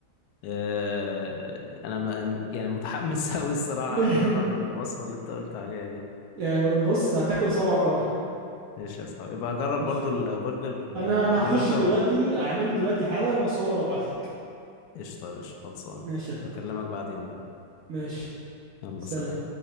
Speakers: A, on the left; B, on the right.
A: آه، انا م- يعني متحمس <laughs> قوي الصراحة
B: <laughs>
A: اجرب الوصفة اللي انت قلت عليها دي
B: يعني بص هتاكل صبعك وراها
A: ماشي يا صاحبي يبقى جرب
B: ماشي
A: برضو البرجر
B: انا
A: آه،
B: انا
A: اعمله
B: هخش
A: انت
B: دلوقتي اعمله دلوقتي حالا واصور وابعتلك
A: وقشطة يا باشا خلصانة
B: ماشي يا
A: بكلمك
B: اخويا
A: بعدين بقى
B: ماشي
A: يلا
B: سلام
A: سلام